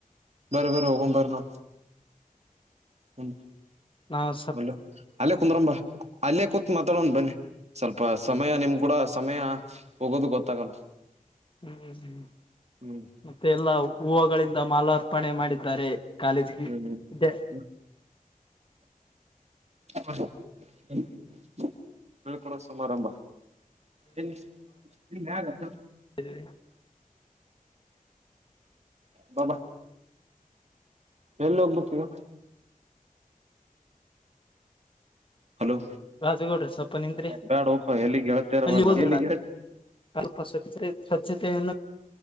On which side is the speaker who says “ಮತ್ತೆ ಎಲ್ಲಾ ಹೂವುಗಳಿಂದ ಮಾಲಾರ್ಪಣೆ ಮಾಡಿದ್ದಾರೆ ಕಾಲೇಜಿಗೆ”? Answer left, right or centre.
Left